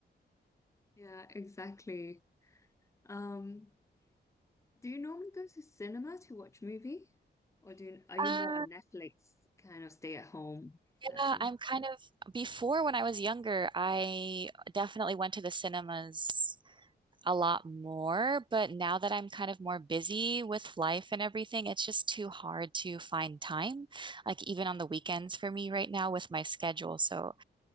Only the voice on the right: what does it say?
Uh,
yeah, I'm kind of, before when I was younger, I definitely went to the cinemas a lot more, but now that I'm kind of more busy with life and everything, it's just too hard to find time, like even on the weekends for me right now with my schedule. So